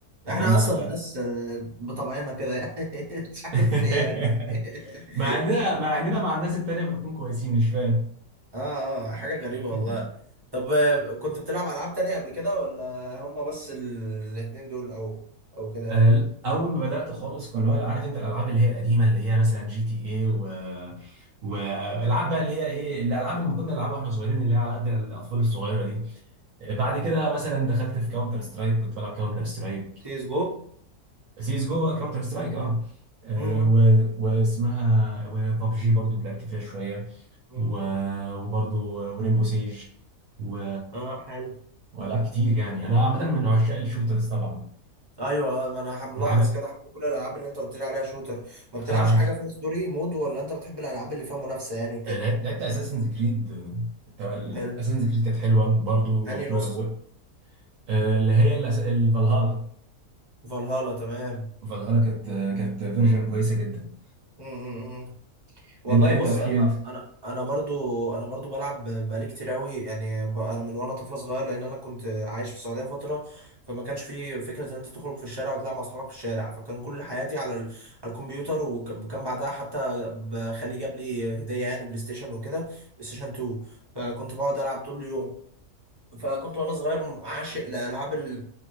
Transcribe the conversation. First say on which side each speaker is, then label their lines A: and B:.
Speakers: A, on the right; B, on the right.
A: احنا
B: انما
A: اصلا
B: ال...
A: ناس آه، بطبعنا كده يعني <laughs> مش عارف
B: <laughs>
A: ليه يعني <laughs>
B: مع اننا مع اننا مع الناس التانيه بنكون كويسين مش فاهم
A: اه اه حاجة غريبة
B: <laughs>
A: والله طب آه، كنت بتلعب ألعاب تانية قبل كده ولا هما بس ال- الاتنين دول أو أو كده
B: آه،
A: يعني
B: اول ما بدات خالص كان اللي هو عارف انت الالعاب اللي هي القديمه اللي هي مثلا جي تي اي و والالعاب بقى اللي هي ايه الالعاب اللي كنا نلعبها واحنا صغيرين اللي هي على قد الاطفال الصغيره دي آه، بعد كده مثلا دخلت في كاونتر سترايك كنت بلعب كاونتر سترايك
A: تيس جو
B: سيس جو كاونتر سترايك اه آه،
A: مم.
B: و... واسمها وبابجي برضو لعبت فيها شويه
A: مم.
B: و... وبرضو ورينبو سيج و...
A: اه حلو
B: والعاب كتير يعني انا عامه
A: مم.
B: من عشاق الشوترز طبعا
A: ايوه آه، ما انا ملاحظ
B: من العاب
A: كده حتى كل الالعاب اللي انت قلت لي عليها شوتر ما بتلعبش
B: العاب
A: حاجه
B: الش-
A: فيها ستوري مود ولا انت بتحب الالعاب اللي فيها منافسه يعني وكده
B: لعبت لعبت اساسنز كريد تبع
A: حلو
B: اساسنز كريد كانت حلوه برضو
A: انهي
B: وب-
A: نسخه
B: و- آه، اللي هي الأس- الفالهالا
A: فالهالا تمام
B: فالهالا كانت كانت فيرجن
A: مم.
B: كويسه جدا
A: مم. والله
B: انت انت
A: بص
B: وحكي
A: انا
B: انت
A: انا انا برضو انا برضو بلعب بقالي كتير قوي يعني ب- انا من وانا طفل صغير لان انا كنت عايش في السعوديه فتره فما كانش في فكره ان انت تخرج في الشارع وتلعب مع اصحابك في الشارع فكان كل حياتي على ال- على الكمبيوتر وكان بعدها حتى ب- خالي جاب لي هديه يعني بلاي ستيشن وكده بلاي ستيشن 2 فكنت بقعد العب طول اليوم فكنت وانا صغير عاشق لالعاب ال-